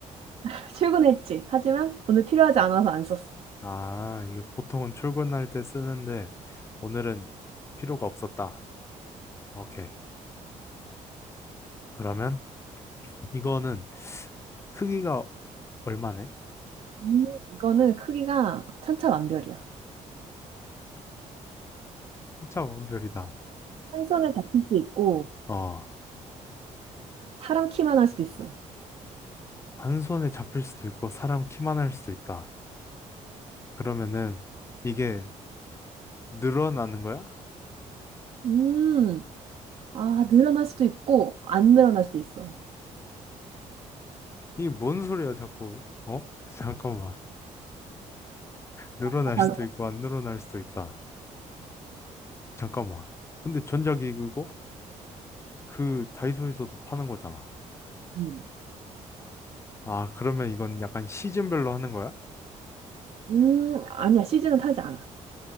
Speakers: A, on the right; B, on the left.
A: <laughs> 출근했지. 하지만 오늘 필요하지 않아서 안 썼어.
B: 아, 이거 보통은 출근할 때 쓰는데 오늘은 필요가 없었다. 오케이. 그러면 이거는 크기가 얼마네?
A: 음, 이거는 크기가 천차만별이야.
B: 3차 완별이다.
A: 한 손에 잡힐 수 있고,
B: 어,
A: 사람 키만 할 수도 있어.
B: 한 손에 잡힐 수도 있고 사람 키만 할 수도 있다. 그러면은 이게 늘어나는 거야?
A: 음, 아, 늘어날 수도 있고, 안 늘어날 수도 있어.
B: 이게 뭔 소리야 자꾸? 어? <laughs> 잠깐만. 늘어날
A: 아, 맞아.
B: 수도 있고 안 늘어날 수도 있다. 잠깐만. 근데 전자기기고 그 다이소에서도 파는 거잖아.
A: 음,
B: 아, 그러면 이건 약간 시즌별로 하는 거야?
A: 음, 아니야. 시즌은 타지 않아.